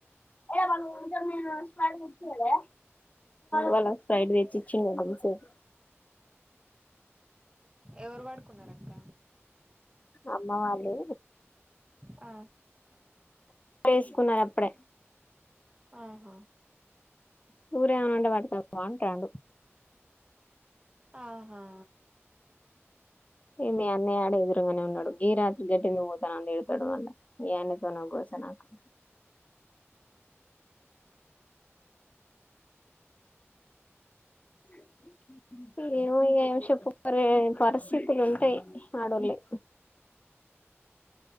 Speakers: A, on the left; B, on the right.
A: ఏవళ జమీన్ స్తలే వాళ్లా ఫ్రైడ్ వెజ ఇచ్చింది క సార్
B: ఎవరు వడుకున్నారు అక్క
A: అమ్మ వాళ్ళు
B: ఆ
A: వేసుకున్నారు అప్పుడే
B: ఆహా
A: కూర ఏమన్న ఉంటే పట్కపో అంటాండు.
B: ఆహా!
A: ఏ మీ అన్నయ్య ఆడ ఎదురుగనే ఉన్నడు గీ రాత్రి గటెందుకు పోతానవ్ అన్ తిడతడు మళ్ళ మీ ఆయనతోనో గోస నాకు <inaudible> ఏమో ఇగ ఏం చెప్పుకోని పరిస్థితుల్ ఉంటయి ఆడోళ్ళయి